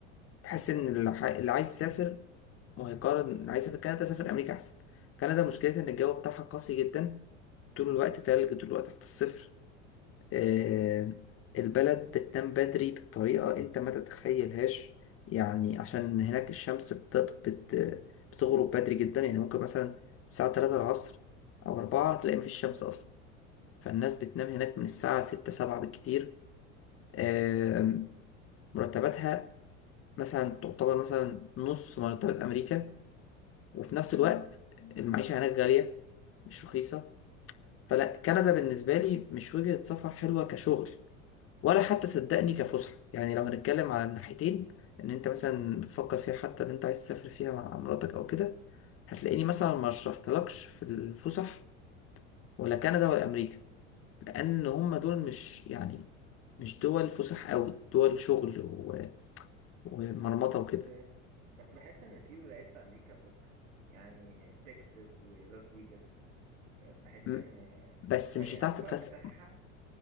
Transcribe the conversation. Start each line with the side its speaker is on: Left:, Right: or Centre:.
Left: تحس
Right: اه
Left: ان اللي ح- اللي عايز يسافر ما هيقارن اللي عايز يسافر كندا سافر امريكا احسن كندا مشكلتها ان الجو بتاعها قاسي جدا طول الوقت تلج طول الوقت تحت الصفر آه، البلد بتنام بدري بطريقه انت ما تتخيلهاش يعني عشان هناك الشمس بت... بت... بتغرب بدري جدا يعني ممكن مثلا الساعه 3 العصر او 4 تلاقي مفيش شمس اصلا فالناس بتنام هناك من الساعة ستة سبعة بالكتير آم، مرتباتها مثلا تعتبر مثلا نص مرتبات أمريكا وفي نفس الوقت المعيشة هناك غالية مش رخيصة فلا كندا بالنسبة لي مش وجهة سفر حلوة كشغل ولا حتى صدقني
Right: اه
Left: كفسحة يعني لو هنتكلم على الناحيتين إن أنت مثلا بتفكر فيها حتى إن أنت عايز تسافر فيها مع مراتك أو كده هتلاقيني مثلا ما شرحتلكش في الفسح ولا كندا ولا أمريكا لان هم دول مش يعني مش دول فسح قوي دول شغل و- ومرمطه
Right: بس
Left: وكده
Right: آه، بس بحس ان في ولايات في امريكا فسح يعني تكساس ولاس فيجاس آه، بحس
Left: م-
Right: ان آه،
Left: بس مش
Right: الاجواء
Left: هتعرف تتفسح
Right: بتاعها